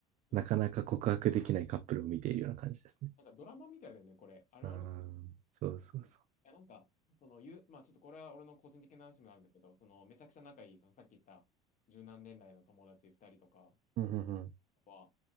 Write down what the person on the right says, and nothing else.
なかなか告白できないカップルを見ているような感じですね。
うん。そうそうそ
う。うんうんうん。